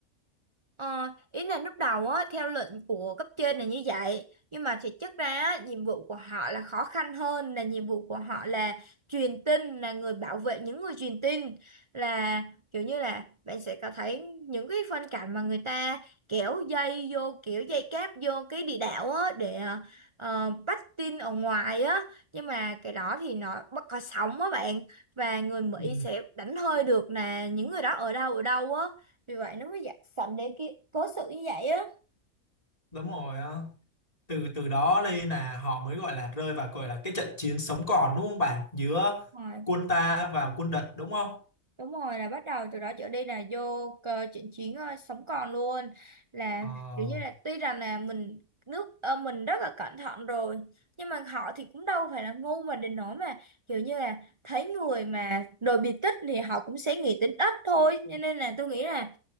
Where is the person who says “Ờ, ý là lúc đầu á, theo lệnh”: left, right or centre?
Right